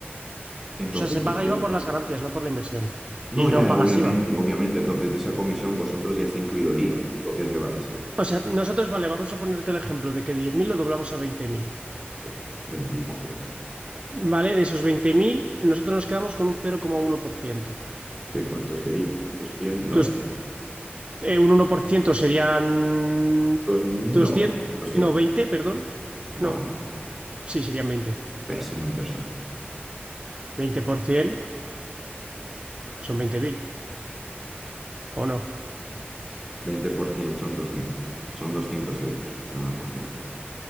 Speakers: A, in the centre; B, on the right (about 30°).
A: Entonces,
B: O sea, se paga
A: eh,
B: IVA por las ganancias, no por la inversión.
A: no,
B: Y no
A: ya,
B: pagas
A: obviamente,
B: IVA.
A: obviamente, entonces de esa comisión vosotros ya está incluido el IVA, lo que os lleváis.
B: O sea, nosotros, vale, vamos a ponerte el ejemplo de que 10.000 lo doblamos a 20.000.
A: Uf, Bendito sea.
B: ¿vale? De esos 20.000 nosotros nos quedamos con un cero coma uno por ciento.
A: ¿Qué cuánto sería? doscientos
B: Entonces,
A: no,
B: eh, un uno por ciento serían
A: 2000
B: 200,
A: no, doscientos
B: no, 20, perdón.
A: No,
B: No, sí, serían veinte.
A: pésimo inversor.
B: Veinte por 20% son 20.000, ¿o no?
A: veinte por ciento son dos mil son 200 euros, el uno por ciento